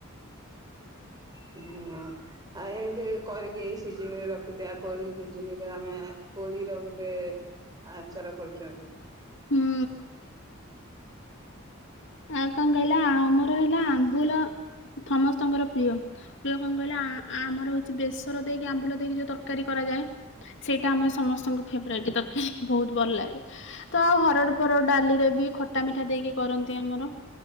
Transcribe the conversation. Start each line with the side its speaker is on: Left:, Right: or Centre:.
Right: ହୁଁ। ଆଉ ଏମିତି କରିକି ସିଜିନ୍ ରେ ରଖିଥିବା କୋଳି ସିଜିନ୍ ରେ ଆମେ କୋଳିର ଗୋଟେ ଆଚାର କରୁଚୁ ଆମେ।
Left: ହୁଁ। ଆଉ କଣ କହିଲ ଆମର ହେଲା ଆମ୍ବୁଲ ସମସ୍ତଙ୍କର ପ୍ରିୟ। ପ୍ରିୟ କଣ କହିଲେ ଆ-ଆମର ହଉଚି ବେସର ଦେଇକି ଆମ୍ବୁଲ ଦେଇକି ଯଉ ତରକାରୀ କରାଯାଏ ସେଇଟା ଆମର ସମସ୍ତଙ୍କ ଫେବରଟ୍ ତରକାରୀ ବହୁତ୍ ଭଲ୍ ଲାଗେ। ତ ଆଉ ହରଡ୍ ଫରଡ୍ ଡାଲିରେ ବି ଖଟା ମିଠା ଦେଇକି କରନ୍ତି ଆମର।